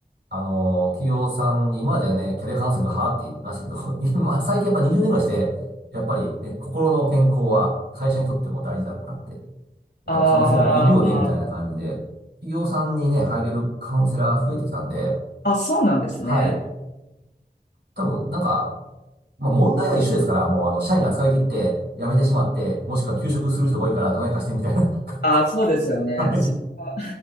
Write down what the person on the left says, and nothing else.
あ
ー
あ、そうなんですね。
あーそうですよね。
そこは